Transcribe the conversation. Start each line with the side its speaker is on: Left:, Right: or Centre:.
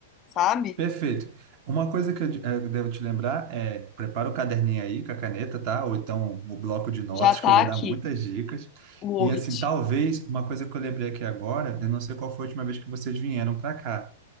Left: sabe?
Right: perfeito. Uma coisa que eu, de- eu devo te lembrar é, prepara o caderninho aí com a caneta, tá? Ou então o bloco de notas,
Left: Já tá
Right: que eu vou
Left: aqui
Right: dar muitas dicas.
Left: o Word.
Right: E assim, talvez, uma coisa que eu lembrei aqui agora, eu não sei qual foi a última vez que vocês vieram para cá,